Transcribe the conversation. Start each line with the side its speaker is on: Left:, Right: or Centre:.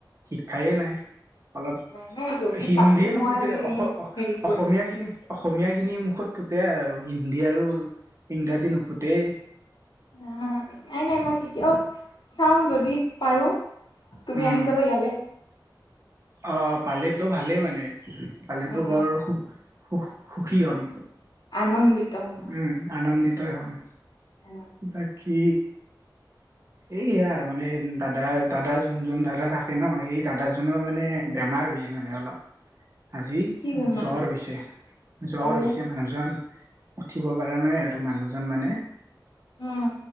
Right: শিক্ষাই নাই। অলপ
Left: নাই নাই যদি
Right: হিন্দীয়ে
Left: পাৰো মই
Right: নুফুতে অ
Left: হেৰি কৰিম।
Right: অসমীয়া খিনি অসমীয়া খিনি মুখত ফুতে আৰু হিন্দী আৰু ইংৰাজী নুফুতে
Left: অ নাই নাই মই তেতিয়াও চাও যদি। দি পাৰো তুমি
Right: উম
Left: আহি যাবা ইয়ালৈ
Right: অ পালেতো ভালেই মানে পালেতো
Left: অ',
Right: বৰ সু সুখী হম।
Left: আনন্দিত হবা।
Right: উম আনন্দিতই হ'য়
Left: অ',
Right: বাকী এইয়া মানে দাদাৰ দাদা যোনজন দাদা থাকে ন সেই দাদাজনৰ মানে বেমাৰ। বিজী <unintelligible> অলপ। আজি
Left: কি বেমাৰ?
Right: জ্বৰ হৈছে জ্বৰ
Left: অ'।
Right: হৈছে মানুহজন। উঠিব পৰা নাই আৰু মানুহজন মানে।
Left: উম।